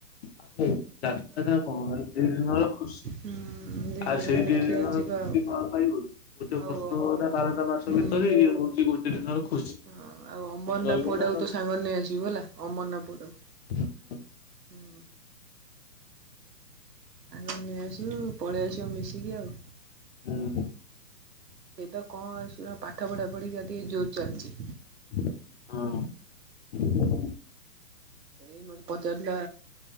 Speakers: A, on the left; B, on the right.
A: ଆଉ ଯାତ୍ରାଟା <unintelligible> ଖୁସି
B: ହୁଁ ଦି
A: ଆଉ
B: ଦିନ
A: ସେଇ
B: ଦେଖିବା
A: ଦି ଦିନର
B: ଯିବା
A: ଖୁସି
B: ଆଉ।
A: କଣ ପାଇବନ ଗୋଟେ
B: ଆଉ
A: ବର୍ଷଟା
B: ଅମ୍
A: ବାରଟା ମାସ
B: ହୁଁ
A: ଭିତରେ ଇଏ ହଉଛି ଗୋଟେ ଦିନର ଖୁସି
B: ହଁ ଆଉ ଅମରନା
A: ରହିବ
B: ପୁଅଟାକୁ
A: ନା ଆଉ
B: ତୋ ସାଙ୍ଗରେ ନେଇ ଆସିବୁ ହେଲା ଅମରନା ପୁଅଟାକୁ।
A: ହଁ ହଁ।
B: ହୁଁ ଆଉ ଯାଇକି ନେଇ ଆସିବୁ ପଳେଇ ଆସୁ ଚ ମିଶିକି ଆଉ।
A: ହୁଁ।
B: ସେଏ ତ କଣ ଶ ପାଠ ପଢା ପଢିକି ଟିକେ ଜୋର ଚାଲିଚି।
A: ହୁଁ।
B: ଏ ମୋତେ ପଚାରିଲା